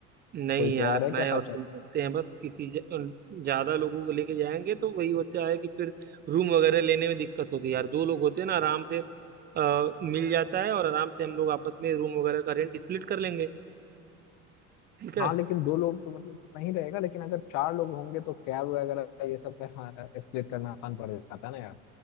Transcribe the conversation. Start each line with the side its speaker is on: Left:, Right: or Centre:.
Right: नहीं
Left: कोई तैयार
Right: यार
Left: है क्या
Right: मैं
Left: साथ
Right: और तुम
Left: चल
Right: चलते हैं बस किसी ज- ज्यादा लोगों को लेके जाएंगे तो वही होता है कि फिर रूम वगैरह लेने में दिक्कत होती है यार दो लोग होते हैं ना आराम से आ, मिल जाता है और आराम से हम लोग आपस में रूम वगैरह का रेंट स्प्लिट कर लेंगे ठीक है
Left: हाँ लेकिन दो लोग तो मतलब सही रहेगा लेकिन अगर चार लोग होंगे तो कैब वगैरह ये सब का हाँ, स्प्लिट करना आसान पड़ जाता है ना यार